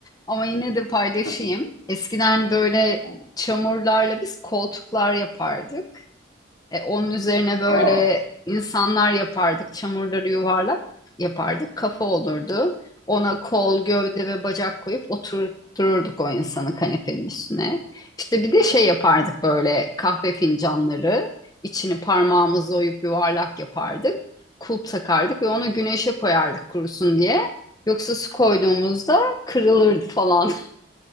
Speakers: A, on the left; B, on the left.
A: ama yine de paylaşayım.
B: Hı hı.
A: Eskiden böyle
B: tamam.
A: çamurlarla biz koltuklar yapardık. E, onun üzerine böyle
B: Aa,
A: insanlar yapardık. Çamurları yuvarlak yapardık. Kafa olurdu. Ona kol, gövde ve bacak koyup oturturduk o insanı kanepenin üstüne. İşte bir de şey yapardık böyle kahve fincanları. İçini parmağımızla oyup yuvarlak yapardık. Kulp takardık ve onu güneşe koyardık kurusun diye. Yoksa su koyduğumuzda kırılırdı falan.